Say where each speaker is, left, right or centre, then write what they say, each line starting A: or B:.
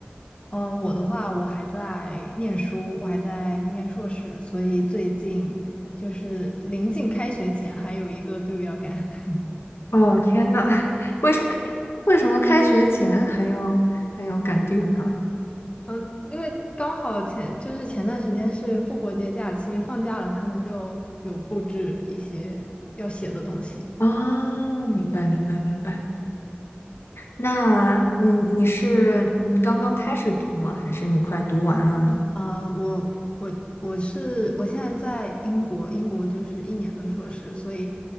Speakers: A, on the left (about 30°); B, on the left (about 85°).
A: 呃，我的话，我还在念书，我还在念硕士，所以最近就是临近开学前还有一个队伍要赶。<laughs>
B: 哦，天呐，<laughs> 为什么为什么开学前还要还要赶 due 呢？
A: 嗯，因为刚好前就是前段时间是复活节假期放假了，他们就有布置一些要写的东西。
B: 啊，明白明白明白。那嗯，你是嗯刚刚开始读吗？还是你快读完了呢？
A: 啊，我我我是我现在在英国，英国就是一年的硕士，所以